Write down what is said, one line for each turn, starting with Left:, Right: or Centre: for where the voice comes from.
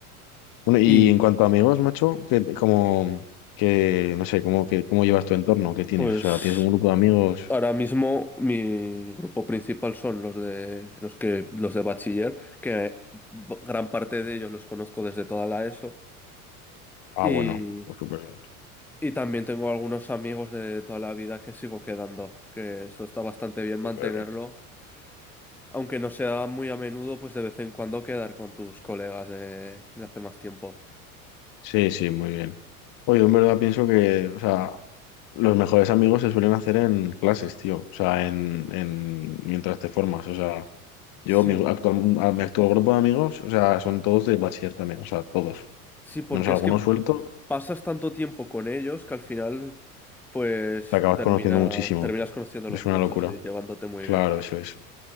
Left: Bueno, y
Centre: Y
Left: en cuanto a amigos, macho, que como que no sé, cómo que cómo llevas tu entorno, ¿qué tienes?
Centre: pues
Left: O sea, ¿tienes un grupo de amigos?
Centre: Ahora mismo mi grupo principal son los de los que los de bachiller, que b- gran parte de ellos los conozco desde toda la ESO
Left: Ah,
Centre: y,
Left: bueno, pues súper bien,
Centre: y también tengo algunos amigos de toda la vida que sigo quedando, que eso está bastante bien mantenerlo,
Left: súper bien.
Centre: aunque no sea muy a menudo, pues de vez en cuando quedar con tus colegas de, de hace más tiempo.
Left: Sí, sí, muy bien. Oye, en verdad pienso que, o sea, los mejores amigos se suelen hacer en clases, tío. O sea, en, en mientras te formas. O sea, Yo,
Centre: Sí,
Left: mi actual, mi actual grupo de amigos, o sea, son todos de bachiller también, o sea, todos.
Centre: sí, porque
Left: Menos algunos
Centre: es que
Left: suelto,
Centre: pasas tanto tiempo con ellos que al final pues
Left: te acabas
Centre: termina,
Left: conociendo muchísimo.
Centre: terminas conociéndolos
Left: Es
Centre: muchos
Left: una locura.
Centre: y llevándote muy
Left: Claro,
Centre: bien.
Left: eso es.